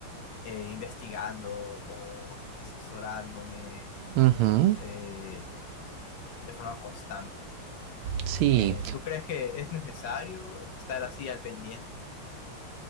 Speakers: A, on the left; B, on the right.
A: eh, investigando o asesorándome
B: Uh -huh.
A: eh, de forma constante.
B: Sí.
A: Eh, ¿tú crees que es necesario estar así al pendiente?